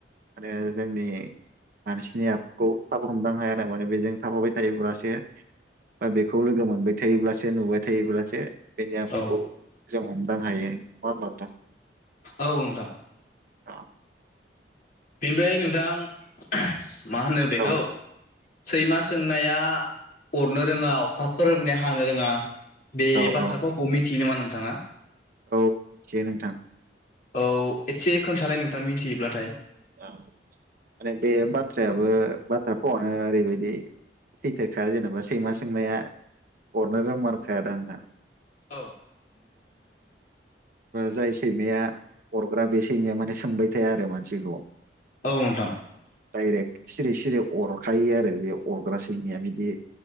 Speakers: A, on the right; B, on the left.
A: आरो जोंनि मानसिनि आखुखौ थाब हमदांहायानो माने बेजों थाफाबाय थायोब्लासो बा बेखौ‌ लोगो मोनबाय थायोब्लासो नुबाय थायोब्लासो बेनि आखुखौ
B: औ
A: जों हमदां हायो नंङा होमबा नोंथां
B: औ नोंथां
A: <inaudible>
B: बेनिफ्राय नोंथां मा होनो बेखौ
A: औ
B: सैमा सोंनाया अरनो रोंङा अखा खोरोमनाया हानो रोंङा बे
A: औ
B: बाथ्राफावखौ
A: औ
B: मिथियो नामा नोंथाङा?
A: औ यिथियो नोंथां
B: औ एथसे खोनथालाय नोंथां मिथियोब्लाथाय
A: ओ माने बे बाथ्रायाबो बाथ्राफावानो ओरैबादि सैथोखा जेन'बा सैमा सोंनाया अरनो रोंमारखायादां ना?
B: औ
A: जाय सैमाया अरग्रा बे सैमाया माने सोंबाय थाया आरो मानसिखौ
B: औ नोंथां
A: दाइरेक्ट सिरि-सिरि अरखायो आरो बे अरग्रा सैमाया बिदि